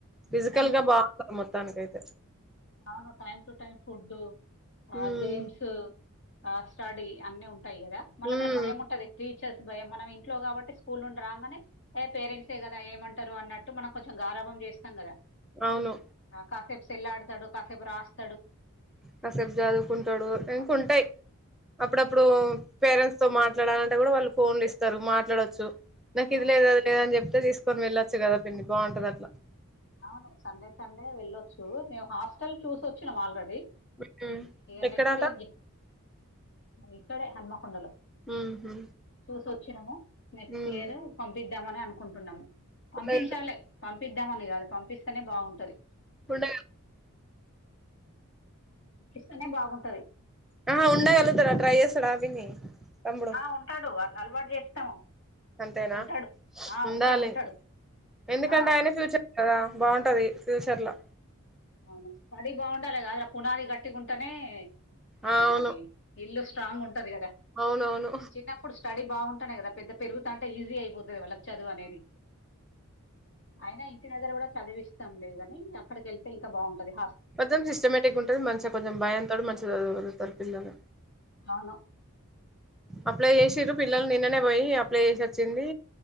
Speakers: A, in the centre; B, on the left.
A: ఫిజికల్
B: టైం
A: గా బాగుంటంది మొత్తానికయితే
B: అవును టైమ్ టు టైమ్ ఫుడ్
A: ఉమ్
B: ఆ గేమ్స్ ఆ స్టడి అన్నీ ఉంటాయి కదా మళ్ళీ
A: ఉమ్
B: అక్కడ భయం ఉంటది టీచర్స్ భయం మనం ఇంట్లో కాబట్టి స్కూల్ నుండి రాంగానే ఏ పేరెంట్సే కదా ఏమంటారు అన్నట్టు మనం కొంచెం గారభం చేస్త కదా
A: అవును
B: కాసేపు సెల్ ఆడుతాడు కాసేపు రాస్త
A: కాసెపు చదువుకుంటాడు ఇంకుంటాయి
B: ఆ,
A: అప్పుడప్పుడు పేరెంట్స్ తో మాట్లాడంటే కూడా వాళ్ళు ఫోన్లు ఇస్తారు మాట్లాడొచ్చు నాకు ఇది
B: అవును
A: లేదది లేదని చెప్ప తీసుకొని వెళ్ళొచ్చు కదా పిన్ని బాగుంటది అట్లా
B: అవును సండే సండే వెళ్ళొచ్చు మేము హాస్టల్ చూసి వచ్చినాం ఆల్రెడీ
A: హు హమ్
B: ఇక
A: ఎక్కడట
B: నెక్స్ట్ ఇయర్ ఇక్కడే హనుమకొండలో
A: ఉహు
B: చూసోచ్చినము నెక్స్ట్
A: ఉమ్
B: ఇయర్ పంపిద్దామని అనుకుంటున్నాము పంపించాలి
A: ఉండగల
B: పంపిద్దామని కాదు పంపిస్త తేనే బాగుంటది
A: ఉండగ
B: పంపిస్తనే బాగుంటది
A: ఆహా ఉండగలుగుతడా ట్రై చేస్తాడ పిన్ని తమ్ముడు
B: ఆ ఉంటాడు అ అలవాటు చేస్తాము
A: అంతేనా
B: ఉంటాడు ఆ
A: ఉండాలి
B: ఉంటాడు ఉంటాడు
A: ఎందుకంటే
B: ఆ
A: ఆయన ఫ్యూచర్ కదా బాగుంటది ఫ్యూచర్ లో
B: అవును స్టడీ బాగుండాలి కదలా పునాది గట్టిగా ఉంటనే
A: ఆ
B: ఏ
A: అవును
B: అది ఇల్లు స్ట్రాంగ్ ఉంటది కదా
A: అవునవును
B: చిన్నప్పుడు స్టడీ బాగుంటు నే కదా పెద్ద పెరుగుతా అంటే ఈజీ అయిపోతుది వాల్లకు చదువు అనేది అయినా ఇంటి దగర కూడా చదివి ఇస్తాం లే గాని అక్కడికి వెళ్ వెళ్తే బాగుంటది
A: మొత్తం సిస్టమేటిక్గా ఉంటది. మంచిగా కొంచెం భయంతో మంచిగా చదవ గలుగుతారు పిల్లలు.
B: అవును
A: అప్లై చేసిరు పిల్లలు నిన్ననే పోయి అప్లై చేసి వచ్చింది.